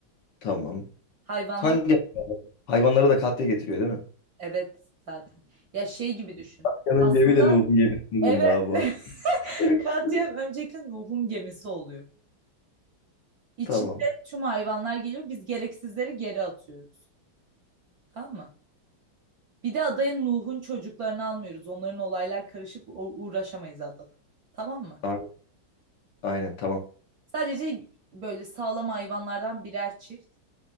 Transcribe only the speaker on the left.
Tamam.
Hangi hayvanları da katya getiriyor değil mi?
Katya'nın
cebi de Nuh'un gemisinin
daha bu.
<laughs>
Tamam.
A- Aynen tamam.